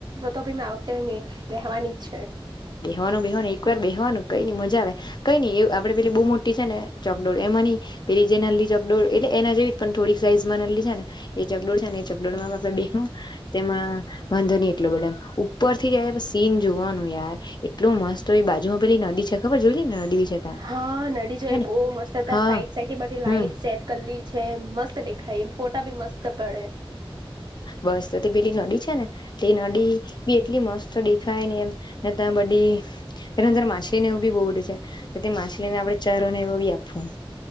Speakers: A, on the right; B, on the left.
A: તો બી મે આવતેની બેહવા નીચે.
B: બેહવાનું, બેહવાનું એક વાર બેહવાનું કઈની મજા આવે કઈ નઈ એવું આપણે પેલી બહુ મોટી છે ને ચોકડોળ એમ. પેલી જે નલલી ચકડોળ. એટલે, એના જેવી પણ થોડીક સાઈઝમાં નલલી છે ને એ ચકડોળ છે ને ચકડોળ માં આપણે બેહુ તેમાં વાંધો નહી એટલો ધધું ઉપરથી જયાર સીન જોવાનું યાર. એટલું મસ્ત હોય બાજુમાં પેલી નદી છે ખબર, જોઈલીને નદી છે તા
A: હા, નદી જોઈ
B: હેને
A: બહુ મસ્ત હતા
B: હા
A: સાઈડ, સાઈડ બધી લાઈટ
B: હમ
A: સેટ કરેલી. છે મસ્ત દેખાઈ ફોટા ભી મસ્ત પડે
B: બસ તો તે પેલી નદી છે ને તે નદી બી એટલી મસ્ત દેખાય એમ બ એ અંદર માછલી ને એવું બી બહુડે છે તે માછલીને આપડણે ચરો ને એવો બી આપવું